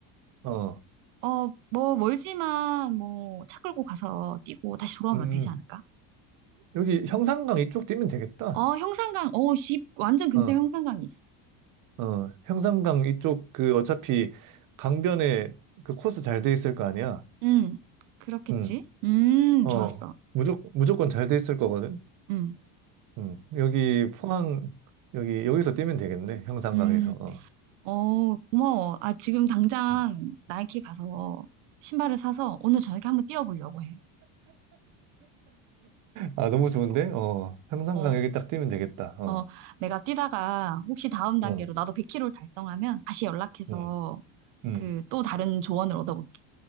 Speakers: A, on the right (about 40°); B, on the right (about 65°).
A: 어,
B: 어, 뭐, 멀지만, 뭐, 차 끌고 가서 뛰고 다시 돌아오면
A: 음.
B: 되지 않을까?
A: 여기 형산강 이쪽 뛰면 되겠다.
B: 어, 형산강, 어, 집, 완전 근처
A: 어,
B: 형산강이 있어.
A: 어, 형산강 이쪽 그 어차피 강변에 그 코스 잘 돼 있을 거 아니야.
B: 응, 그렇겠지?
A: 응.
B: 음,
A: 어,
B: 좋았어.
A: 무조, 무조건 잘 돼 있을 거거든.
B: 음,
A: 음, 여기 포항, 여기, 여기서 뛰면 되겠네. 형산강에서.
B: 음,
A: 어.
B: 어, 고마워. 아, 지금 당장
A: 음.
B: 나이키 가서 신발을 사서 오늘 저녁에 한번 뛰어보려고 해.
A: 아, 너무 좋은데? 어, 형산강
B: 어.
A: 여기 딱 뛰면 되겠다. 어,
B: 어, 내가 뛰다가 혹시 다음 단계로
A: 어,
B: 나도 100km를 달성하면 다시 연락해서
A: 음, 음.
B: 그 또 다른 조언을 얻어볼게.